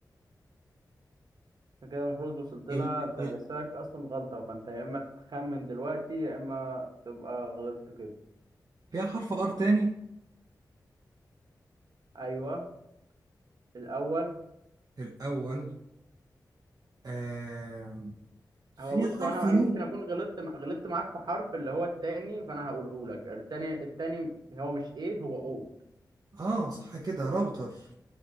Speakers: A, on the right; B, on the right.
A: أنت كده المفروض وصلت لها
B: ال...
A: انت
B: ال...
A: لسه لك اصلا غلطة فانت يا اما تخمن دلوقتي يا اما تبقى غلطت كده
B: فيها حرف ار تاني
A: ايوه الاول
B: الاول آم... فيها
A: هو بص
B: حرف
A: هو انا
B: يو
A: انا ممكن اكون غلطت مع... غلطت معاك في حرف اللي هو التاني فانا هقوله لك التاني التاني هو مش ايه هو او
B: اه صح كده راوتر